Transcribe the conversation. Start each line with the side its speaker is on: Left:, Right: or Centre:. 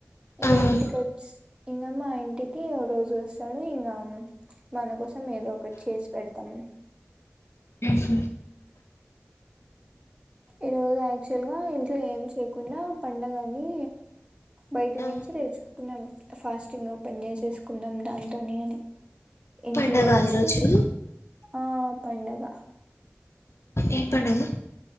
Right: ఇంకా
Left: ఆ
Right: ఇంటికి
Left: ఉమ్
Right: వచ్చ్ ఇంక మా ఇంటికి రోజు వస్తాడు ఇంగ మనకుస్ ఏదో ఒకటి చేసి పెడ తం
Left: హ్మ్మ్
Right: ఈరోజు యాక్చువల్గా ఇంట్లో ఏం చేయకుండా పండగని బయట
Left: ఆ
Right: నించి తెచ్చు కున్నాం ఫాస్టింగ్ ఓపెన్ చేసేసుకున్నాం. దాంతోనే అని ఇంట్లో
Left: పండగ
Right: వచ్చి
Left: ఈరోజు
Right: ఆ పండగ
Left: ఏం పండగ